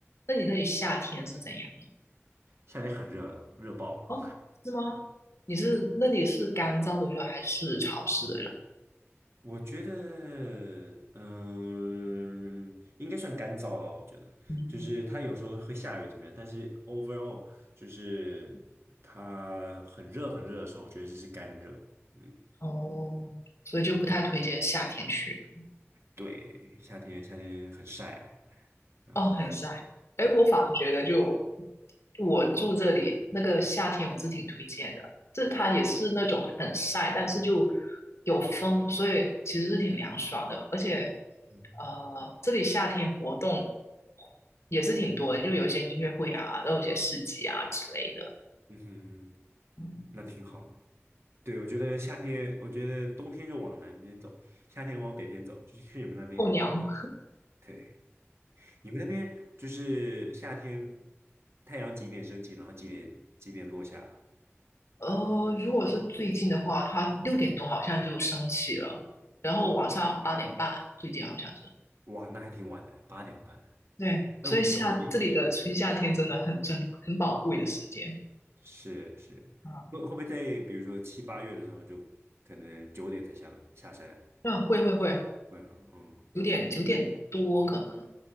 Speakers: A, on the left; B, on the right.
A: 那你那里夏天是怎样？
B: 夏天很热，热爆了。
A: 哦，是吗？你是那里是干燥的热还是潮湿的热？
B: 我觉得，嗯，应该算干燥了。我觉得，
A: 嗯，
B: 就是它有时候会下雨怎么样，但是 overall 就是它很热很热的时候，我觉得这是干热。嗯，
A: 哦，所以就不太推荐夏天去。
B: 对，夏天夏天很晒，然后。
A: 哦，很晒。哎，
B: 对。
A: 我反而觉得就就我住这里那个夏天，我是挺推荐的。这它也是那种很晒，但是就有风，所以其实是挺凉爽的。而且，
B: 嗯
A: 呃，这里夏天活动也是挺多的就有一些音乐会啊，然后有一些市集啊之类的。
B: 嗯哼，
A: 嗯，
B: 那挺好的对，我觉得夏天，我觉得冬天就往南边走，夏天往北边走，就是去你们那边还不
A: 候鸟。
B: 对。你们那边就是夏天，太阳几点升起，然后几点几点落下？
A: 呃，如果是最近的话，它六点多好像就升起了，然后晚上八点半，最近好像是。
B: 哇，那还挺晚的，八点半。
A: 对，
B: 哎，
A: 所以夏这里的春夏天真的很珍很宝贵的时间
B: 我们我们这边也挺晚。是是，
A: 啊。
B: 会会不会在比如说七八月的时候，就可能九点才下班下山？
A: 嗯，会会会，
B: 会哈，嗯
A: 九点九点多可能。